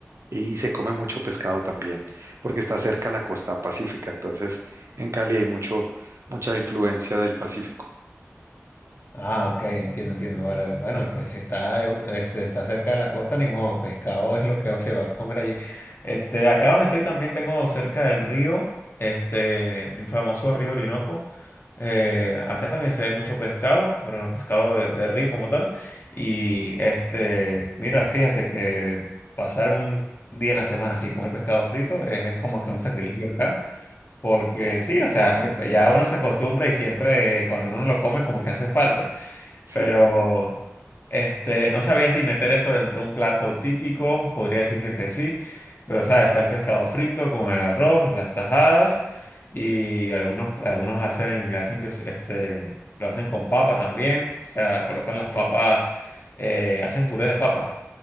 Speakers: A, on the right; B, on the left.
A: Y se come mucho pescado también, porque está cerca a la costa pacífica. Entonces, en Cali hay mucho, mucha influencia del Pacífico.
B: Ah, ok, entiendo, entiendo. Vale, vale. Bueno, pues si está, eh, este, está cerca de la costa, ni modo, pescado es lo que se va a comer allí. Este, acá donde estoy también tengo cerca del río, este, un famoso río Orinoco. Eh, acá también se ve mucho pescado, pero no pescado de, de río como tal. Y este, mira, fíjate que pasar un día en la semana así comer pescado frito es, es como que un sacrificio acá. Porque sí, o sea, siempre, ya uno se acostumbra y siempre eh, cuando uno lo come como que hace falta.
A: Sí.
B: Pero este, no sabría si meter eso dentro de un plato típico, podría decirse que sí, pero sabes, está el pescado frito con el arroz, las tajadas y algunos, algunos hacen, le hacen que es- este, lo hacen con papa también, o sea, colocan las papas, eh, hacen puré de papa